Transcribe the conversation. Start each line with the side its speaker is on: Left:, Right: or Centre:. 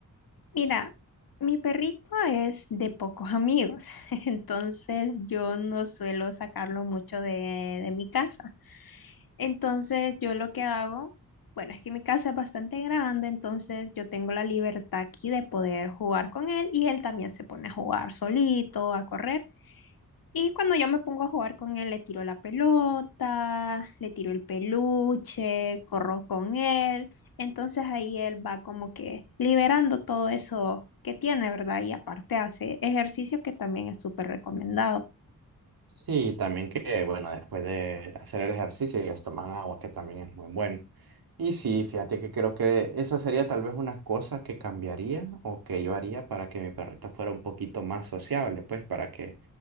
Left: Mira, mi perrito es de pocos amigos, <laughs> entonces yo no suelo sacarlo mucho de de mi casa. Entonces yo lo que hago, bueno, es que mi casa es bastante grande, entonces yo tengo la libertad aquí de poder jugar con él y él también se pone a jugar solito, a correr. Y cuando yo me pongo a jugar con él, le tiro la pelota, le tiro el peluche, corro con él. Entonces ahí él va como que liberando todo eso que tiene, ¿verdad? Y aparte hace ejercicio que también es súper recomendado.
Right: Sí, también que, bueno, después de hacer el ejercicio, ellos toman agua, que también es muy bueno. Y sí, fíjate que creo que esa sería tal vez una cosa que cambiaría o que yo haría para que mi perrita fuera un poquito más sociable, pues para que